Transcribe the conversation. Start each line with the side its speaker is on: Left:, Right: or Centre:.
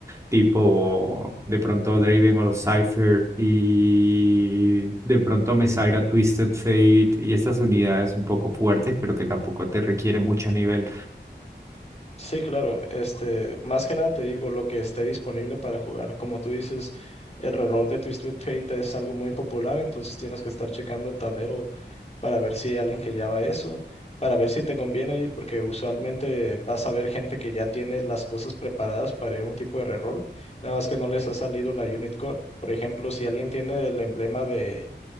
Right: tipo de pronto Draven o los Cypher y de pronto me salga Twisted Fate y estas unidades un poco fuertes, pero que tampoco te requieren mucho nivel.
Left: Sí, claro, este, más que nada te digo, lo que esté disponible para jugar. Como tú dices, el reloj de Twisted Fate es algo muy popular, entonces tienes que estar checando el tablero para ver si hay alguien que ya va a eso, para ver si te conviene ir, porque usualmente vas a ver gente que ya tiene las cosas preparadas para ir a un tipo de reroll, nada más que no les ha salido la unit core. Por ejemplo, si alguien tiene el emblema de,